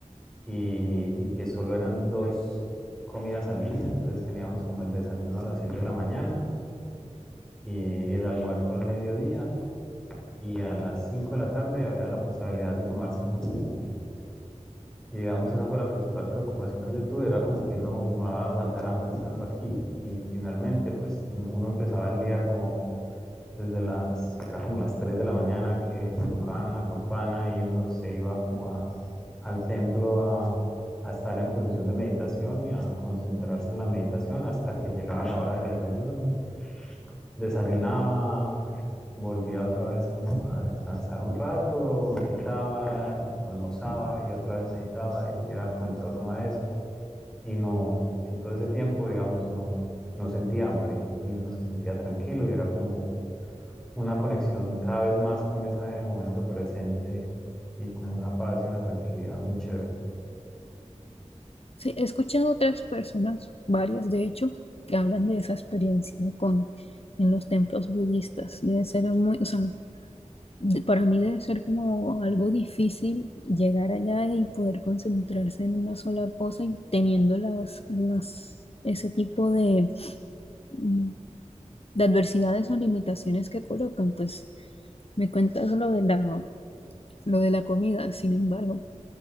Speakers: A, in the centre; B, on the left.
A: y, y que solo eran dos comidas al día, entonces teníamos como el desayuno a las 6 de la mañana y el almuerzo al mediodía y a las 5 de la tarde había la posibilidad de tomarse un jugo. Y digamos, esa fue la principal preocupación que yo tuve, era como que no me va a aguantar hambre estando aquí. Y finalmente, pues uno empezaba el día como desde las, era como las 3 de la mañana que tocaban una campana y uno se iba como a, al templo a, a estar en posición de meditación y a concentrarse en la meditación hasta que llegaba la hora del desayuno. Desayunaba, volvía otra vez como a descansar un rato, meditaba, almorzaba y otra vez meditaba y era como en torno a eso. Y no, en todo ese tiempo, digamos, no, no sentía hambre y uno se sentía tranquilo y era como una conexión cada vez más con ese momento presente y como una paz y una tranquilidad muy chévere.
B: Sí, he escuchado otras personas, varias de hecho, que hablan de esa experiencia con en los templos budistas. Debe ser muy, o sea, de- para mí debe ser como algo difícil llegar allá y poder concentrarse en una sola cosa y teniendo las, las, ese tipo de, mm, de adversidades o limitaciones que colocan. Pues me cuentas lo de la, lo de la comida, sin embargo,